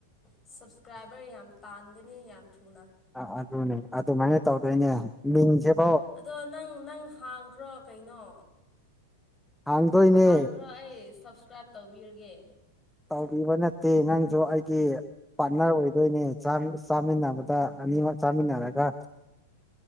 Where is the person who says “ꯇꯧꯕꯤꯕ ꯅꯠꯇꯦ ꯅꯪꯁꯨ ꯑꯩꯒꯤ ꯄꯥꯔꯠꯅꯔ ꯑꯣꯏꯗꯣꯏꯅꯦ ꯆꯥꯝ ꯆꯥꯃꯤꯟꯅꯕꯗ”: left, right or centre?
Centre